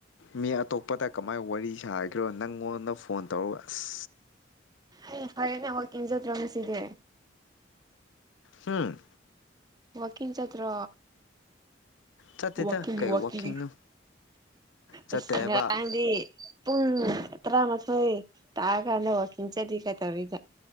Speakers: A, on the left; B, on the right.
A: ꯃꯤ ꯑꯇꯣꯞꯄꯗ ꯀꯃꯥꯏ ꯋꯥꯔꯤ ꯁꯥ ꯀ꯭ꯔꯣ ꯅꯪꯉꯣꯟꯗ ꯐꯣꯟ ꯇꯧꯔꯒ ꯑꯁ
B: ꯍꯦ ꯐꯔꯦꯅꯦ ꯋꯥꯛꯀꯤꯡ ꯆꯗ꯭ꯔꯣ ꯉꯁꯤꯗꯤ
A: ꯍꯨꯝ
B: ꯋꯥꯀꯤꯡ ꯆꯠꯇ꯭ꯔꯣ
A: ꯆꯠꯇꯦꯗ
B: ꯋꯥꯀꯤꯡ
A: ꯀꯩ ꯋꯥꯛꯀꯤꯡꯅꯣ
B: ꯋꯥꯀꯤꯡ
A: ꯆꯠꯇꯦꯕ
B: ꯑꯁ ꯉꯔꯥꯡꯗꯤ ꯄꯨꯡ ꯇꯔꯥꯃꯊꯣꯏ ꯇꯥꯀꯥꯟꯗ ꯋꯥꯀꯤꯡ ꯆꯠꯂꯤꯒ ꯀꯩꯇꯧꯔꯤꯗ